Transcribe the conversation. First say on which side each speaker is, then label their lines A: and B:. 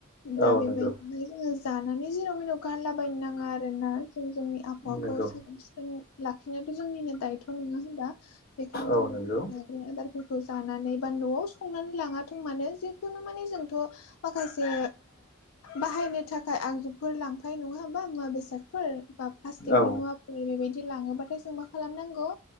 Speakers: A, on the left; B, on the left.
A: दा
B: औ
A: बेबायदिनो
B: नंगौ
A: जोङो जानानै जेनाव मेराव गारलाबायनो नाङा आरो ना। जों जोंनि आबहावाखौ
B: नंगौ
A: साखोन सिखोन लाखिनायाथ' जोंनिनो दायथ' नङा होनबा बेखायनो
B: औ
A: जों
B: नंगौ
A: बे आदारफोरखौ जानानै बा न'आव संनानै लाङाथों मानो जिखुनु माने जोंथ' माखासे बाहायनो थाखाय आगजुफोर लांफायो नङा बा मुवा बेसादफोर। बा प्लास्टिकनि
B: औ
A: मुवाफोर बेबायदि लाङोबाथाय जों मा खालामनांगौ